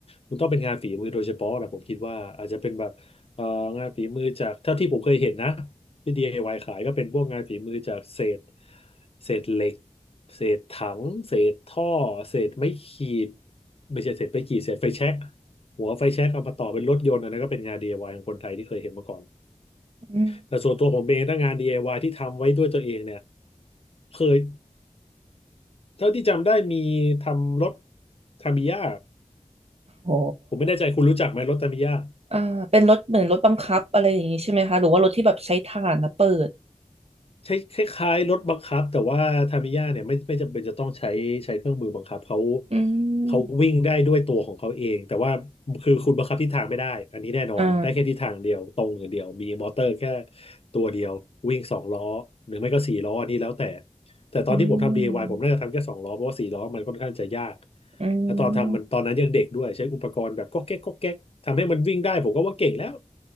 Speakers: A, on the left; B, on the right.
A: มันต้องเป็นงานฝีมือโดยเฉพาะนะผมคิดว่าอาจจะเป็นแบบเอ่องานฝีมือจากเท่าที่ผมเคยเห็นนะที่ DIY ขายก็เป็นพวกงานฝีมือจากเศษเศษเหล็กเศษถังเศษท่อเศษไม้ขีดไม่ใช่เศษไม้ขีดเศษไฟแช็ก หัวไฟแช็กเอามาต่อเป็นรถยนต์อันนั้นก็เป็นงาน DIY ของคนไทยที่เคยเห็นมาก่อน
B: อืม
A: แต่ส่วนตัวผมเองถ้างาน DIY ที่ทำไว้ด้วยตัวเองเนี่ยเคยเท่าที่จำได้มีทำรถทามิยะ
B: โห
A: ผมไม่แน่ใจคุณรู้จักไหมรถทามิยะ
B: อ่าเป็นรถเหมือนรถบังคับอะไรอย่างนี้ใช่ไหมคะหรือว่ารถที่แบบใช้ถ่านแล้วเปิด
A: ใช้คล้ายๆรถบังคับแต่ว่าทามิยะเนี่ยไม่ไม่จำเป็นจะต้องใช้ใช้เครื่องมือบังคับเขา
B: อื
A: เขาวิ่งได้ด้วยตัวของเขาเองแต่ว่า
B: ม
A: คือคุณบังคับทิศทางไม่ได้อันนี้แน่นอนได้แค่ทิศทางเดียวตรงอย่างเดียวมีมอเตอร์แค่
B: อ่า
A: ตัวเดียววิ่งสองล้อหรือไม่ก็สี่ล้ออันนี้แล้วแต่แต่ตอนที่ผมทำ
B: อื
A: DIY
B: ม
A: ผมน่าจะทำแค่สองล้อเพราะว่าสี่ล้อมันค่อนข้างจะยาก
B: อื
A: และตอนทำมันตอนนั้นยังเด็กด้วยใช้อุปกรณ์แบบก๊อกแก๊กก๊อกแก๊กทำให้มันวิ่งได้ผมก็ว่าเก่งแล้ว
B: ม